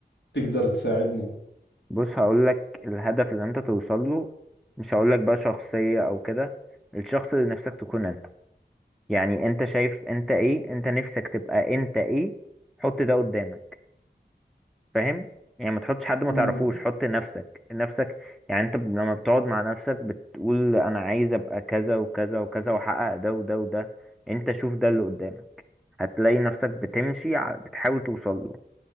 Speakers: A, on the left (about 80°); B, in the centre.
A: تقدر تساعدني
B: بص هقول لك الهدف اللي انت توصل له مش هقول لك بقى شخصية او كده الشخص اللي نفسك تكون انت يعني انت شايف انت ايه انت نفسك تبقى انت ايه حط ده قدامك فاهم يعني ما تحطش حد ما
A: مم.
B: تعرفوش حط نفسك نفسك يعني انت لما بتقعد مع نفسك بتقول انا عايز ابقى كذا وكذا وكذا واحقق ده وده وده انت شوف ده اللي قدامك هتلاقي نفسك بتمشي ع- بتحاول توصل له